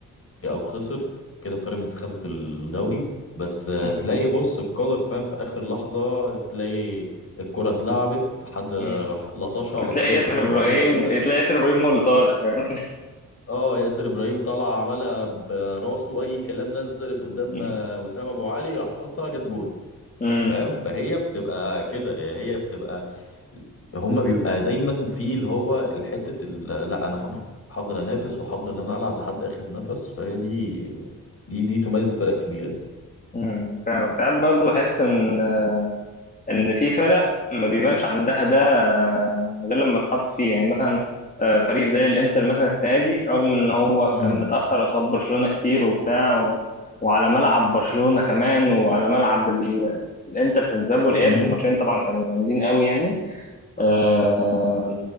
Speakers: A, on the left; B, on the left.
A: او خسر كده بيراميدز خدت الدوري بس آه،
B: مم.
A: تلاقي بص القدر فاهم في اخر لحظة تلاقي الكرة اتلعبت حد راح
B: مم.
A: لطشها على
B: تلاقي
A: طول وسام
B: ياسر
A: ابو
B: ابراهيم
A: علي تقريبا
B: تلاقي ياسر ابراهيم هو اللي طالع فاهم؟
A: اه ياسر ابراهيم طلع عملها براسه اي كلام نزلت قدام
B: مم.
A: آه، وسام ابو علي راح شاطها جت جون
B: مم.
A: فاهم فهي بتبقى كده هي بتبقى هما بيبقى دايما في اللي هو الحتة ال- لا انا هف- هفضل انافس وهفضل ان انا العب لحد اخر نفس فهي دي دي دي تميز الفرق الكبيرة يعني
B: امم فاهمك ساعات برضو بحس ان ان في فرق ما بيبانش عندها ده آه، غير لما تحط فيه يعني مثلا آه، فريق زي الانتر مثلا السنه دي رغم ان هو
A: امم
B: كان متاخر قصاد برشلونه كتير وبتاع و... وعلى ملعب برشلونه كمان وعلى ملعب ال... الانتر في الذهاب والاياب
A: امم
B: الماتشين طبعا كانوا جامدين قوي يعني آه،